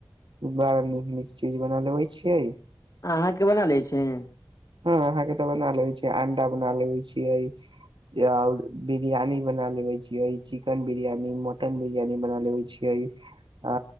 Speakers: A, on the right; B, on the left.
A: बड़ा नीक नीक चीज बना लेबे छियै। <unintelligible>
B: अहाँके बना लै छै। <unintelligible>
A: हँ अहाँ के तऽ बना लेबे छीियै अंडा बना लेबे छियै आऔर बिरियानी बना लेवे छियै चिकेन बिरियानी मटन बिरियानी बना लेवे छियै आ